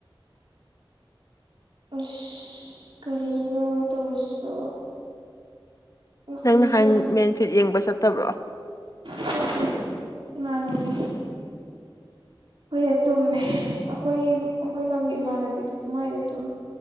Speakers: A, on the right; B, on the left.
A: ꯑꯁ ꯀꯔꯤꯅꯣ ꯇꯧꯔꯤꯁꯤꯕꯣ ꯎꯠꯂꯤꯁꯦ
B: ꯅꯪ ꯅꯍꯥꯟ
A: ꯌꯥꯝ
B: ꯃꯦꯟꯐꯤꯠ ꯌꯦꯡꯕ ꯆꯠꯇꯕ꯭ꯔꯣ
A: ꯆꯠꯂꯦ ꯏꯃꯅꯕꯤ ꯑꯩꯈꯣꯏꯗ ꯇꯨꯝꯃꯦ ꯑꯩꯈꯣꯏ ꯑꯩꯈꯣꯏ ꯂꯝꯒꯤ ꯏꯃꯥꯟꯅꯕꯤꯗꯣ ꯃꯥꯏꯗ ꯇꯨꯝꯃꯦ